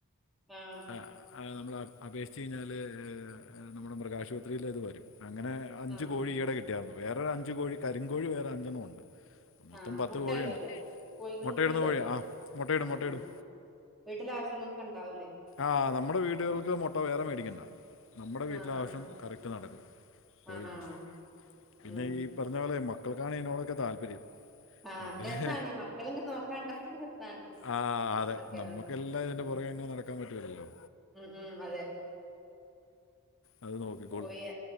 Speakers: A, in the centre; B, on the left.
A: ആഹ്.
B: ആ, നമ്മൾ അപേക്ഷിച്ച് കഴിഞ്ഞാല് നമ്മുടെ മൃഗാശുപത്രിയിൽ അത് വരും അങ്ങനെ. അഞ്ചു
A: ആഹ്
B: കോഴി ഈയിടെ കിട്ടിയായിരുന്നു വേറെ അഞ്ചു കോഴി കരിങ്കോഴി വേറെ അഞ്ചെണ്ണം ഉണ്ട്. മൊത്തം
A: ആഹ്
B: പത്ത്
A: മുട്ട
B: കോഴിയുണ്ട്
A: ഇടൂലേ കോഴികൾ
B: മൊട്ടയിടുന്ന
A: മുട്ട ഇടോ
B: കോഴിയാ ആഹ് മൊട്ടയിടും
A: ആഹ്
B: മൊട്ടയിടും.
A: വീട്ടിലെ ആവശ്യങ്ങൾക്കൊക്കെ ഉണ്ടാവൂലേ?
B: ആഹ് നമ്മുടെ വീടുകൾക്ക് മൊട്ട വേറെ മേടിക്കണ്ട. നമ്മുടെ വീട്ടിലെ
A: ആഹ്
B: ആവശ്യം
A: ആഹ്
B: കറക്റ്റ് നടക്കും കോഴിള്ളതുണ്ട്
A: ആഹ് ആഹ്
B: പിന്നെ
A: ഉം
B: ഈ. പറഞ്ഞ പോലെ മക്കൾക്കാണ് ഇതിനോടക്കെ താല്പര്യം.
A: ആഹ്
B: അവർ
A: രസാണ് മക്കളിങ്ങനെ നോക്കാണ്ടായ രസാണ്.
B: ആഹ് അതെ
A: അതൊക്കെ
B: നമ്മക്കെല്ലാം
A: ആഹ് ഉം
B: ഇതിന്റെ
A: ഉം
B: പൊറകെ ഇങ്ങനെ നടക്കാൻ പറ്റുല്ലല്ലോ.
A: ഉം ഉം അതെ.
B: അത് നോക്കിക്കോളും
A: പോയ